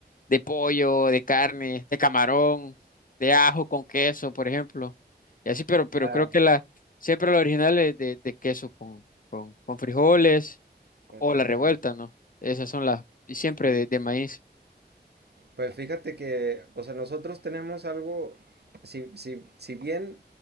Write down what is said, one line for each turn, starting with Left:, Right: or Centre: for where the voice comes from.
Left: de pollo, de carne, de camarón, de ajo con queso, por ejemplo. Y así, pero, pero
Right: claro,
Left: creo que la, siempre la original es de, de queso con, con, con frijoles
Right: con
Left: o
Right: frijol.
Left: la revuelta, ¿no? Esas son las, y siempre
Right: Sí.
Left: de, de maíz.
Right: Pues fíjate que, o sea, nosotros tenemos algo, si, si, si bien